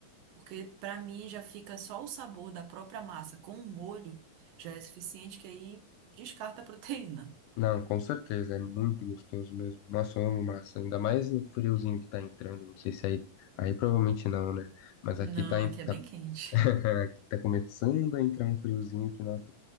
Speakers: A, on the right; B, on the left.
A: Porque pra mim já fica só o sabor da própria massa com o molho já é suficiente que aí descarta a proteína.
B: Não, com certeza, é muito gostoso mesmo. Nossa, eu amo massa, ainda mais no friozinho que tá entrando, não sei se aí, aí provavelmente não, né? Mas
A: Não,
B: aqui tá, em-
A: aqui
B: tá,
A: é bem quente.
B: <laughs> aqui tá começando a entrar um friozinho que, nossa,